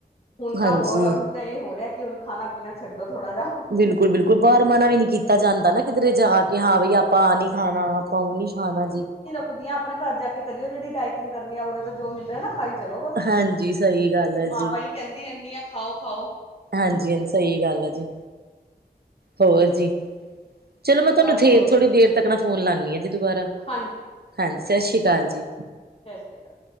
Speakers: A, on the left; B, on the right.
A: ਹੁਣ ਤਾਂ
B: ਹਾਂਜੀ
A: ਹੋਰ ਤਾਂ ਇਹ ਹੋ ਰਿਹਾ ਕਿ ਹੁਨ ਖਾਣਾ ਪੀਣਾ ਛੱਡੋ ਥੋੜ੍ਹਾ ਜਿਹਾ
B: ਬਿਲਕੁਲ ਬਿਲਕੁਲ, ਬਾਹਰ ਮਨਾ ਵੀ ਨਹੀਂ ਕੀਤਾ ਜਾਂਦਾ ਨਾ ਕਿਧਰੇ ਜਾ ਕੇ ਹਾਂ ਬਈ ਆਪ ਆਪਾਂ ਆਹ ਨੀ ਖਾਣਾ, ਆਪਾਂ ਉਹ ਨੀ ਖਾਣਾ ਜੀ।
A: ਕੁੜੀਆਂ ਆਪਣੇ ਘਰ ਜਾ ਕੇ ਕਰੀਓ ਜਿਹੜੀ ਡਾਇਟਿੰਗ ਕਰਨੀ ਆ ਉਰਾ ਤੇ ਜੋ ਮਿਲ ਰਿਹਾ ਨਾ ਖਾਈ ਚਲੋ ਬਸ,
B: ਹਾਂਜੀ ਸਹੀ ਗੱਲ ਹੈ
A: ਮਾਂਵਾ
B: ਜੀ
A: ਈ ਕਹਿੰਦੀ ਐਨੀ ਆ ਖਾਓ -ਖਾਓ।
B: ਹਾਂਜੀ ਹਾਂਜੀ ਸਹੀ ਗੱਲ ਆ ਜੀ। ਹੋਰ ਜੀ, ਚਲੋ ਮੈਂ ਤੁਹਾਨੂੰ
A: ਬਸ
B: ਫੇਰ
A: ਹੋਰ
B: ਥੋੜ੍ਹੀ ਦੇਰ ਤੱਕ ਨਾ ਫੋਨ ਲਾਂਦੀ ਆ। ਜੀ ਦੁਬਾਰਾ,
A: ਹਾਂਜੀ
B: ਹਾਂਜੀ ਸਸ ਸ੍ਰੀ ਕਾਲ ਜੀ।
A: ਸਸ ਸ਼੍ਰੀ ਕਾਲ।